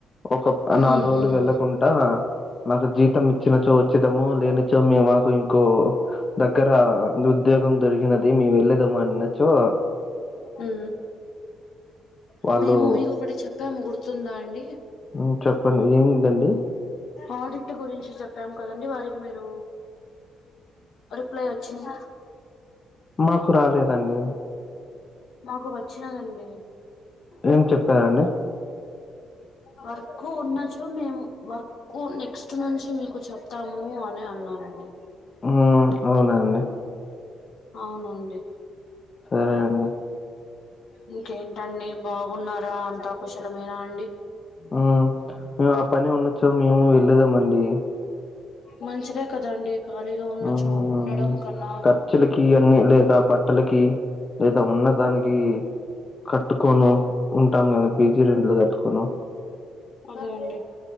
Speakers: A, on the left; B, on the left.
A: ఒకప్ నాలుగు
B: మ్మ్
A: రోజులు
B: మ్మ్
A: వెళ్ళకుండా నాకు జీతం ఇ చిన్నచో వచ్చేదము లేనిచో మేము మాకు ఇంకో దగ్గర ఉద్యోగం దొరికినది మేము వెళ్ళదము అనచ్చో
B: ఆ
A: వాళ్ళు
B: మేము మీకు ఒకటి చెప్పాము గుర్తుందా అండి
A: ఉమ్ చెప్పండి ఏముందండి
B: ఆడిక్ట్ గురించి చెప్తాం కదండి వారికి మీరు రిప్లై వచ్చిందా
A: మాకు రాలేదండి
B: మాకు వచ్చినదండి
A: ఏం చెప్పారండి
B: వర్క్ ఉన్నచో మేము వర్క్ కు నెక్స్ట్ నుంచి మీకు చెప్తాము అని అన్నారండి
A: హ్మ్. అవునా అండి.
B: అవునండి
A: సరే అండి.
B: ఇంకేంటండి బాగున్నారా అంత కుశలమేనా అండి
A: ఉమ్ మేము ఆ పని ఉండొచ్చో మేము వెళ్లేదాము అండి
B: మంచిదే కదండి ఖాళీగా ఉన్నచో
A: హ్మ్. హ్మ్.
B: ఉండడం కన్నా
A: ఖర్చులకి అన్ని లేదా బట్టలకి లేదా ఉన్నదానికి కట్టుకోను ఉంటాం కదా పీజీ రెంట్లు కట్టుకోను
B: అదే అండి